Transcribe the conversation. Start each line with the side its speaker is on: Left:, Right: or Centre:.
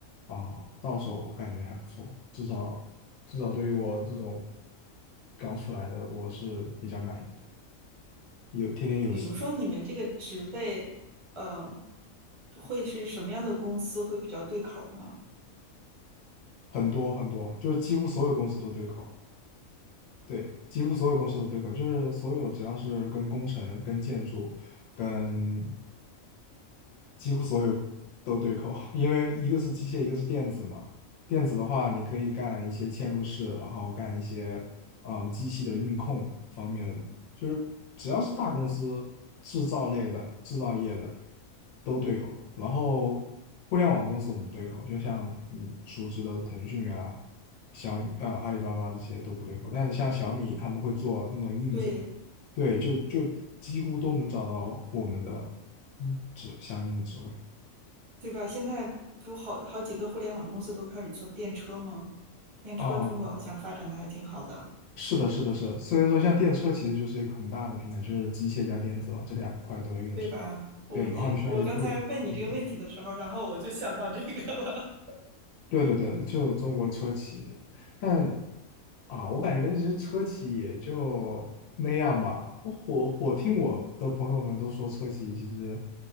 Left: 啊，到手我感觉还不错，至少至少对于我这种刚出来的，我是比较满意的。有天天有吃，
Right: 比如说你们这个职位，呃，会是什么样的公司会比较对口呢？
Left: 很多很多，就是几乎所有公司都对口，对，几乎所有公司都对口，就是所有只要是跟工程、跟建筑。跟几乎所有都对口，<laughs> 因为一个是机械，一个是电子嘛。电子的话，你可以干一些嵌入式，然后干一些嗯机器的运控方面的，就是只要是大公司制造类的、制造业的都对口。然后互联网公司我们不对口，就像你熟知的腾讯啊、小呃阿里巴巴这些都不对口，但是像小米他们会做那种硬件。
Right: 对
Left: 对，就就几乎都能找到我们的嗯，指相应的职位。
Right: 对吧？现在不好好几个互联网公司都开始做电车吗？电车中国好像发展的还挺好的，
Left: 嗯，是的，是的，是的。所以说，像电车其实就是一个很大的平台，就是机械加电子嘛，这两块都要用上。
Right: 对吧？我我刚才问你这个问题的时候，
Left: 对，然后你去那里做个，嗯，
Right: 然后我就想到这个了。
Left: 对对对，就中国车企，但啊，我感觉其实车企也就那样吧。我我听我的朋友们都说，车企其实，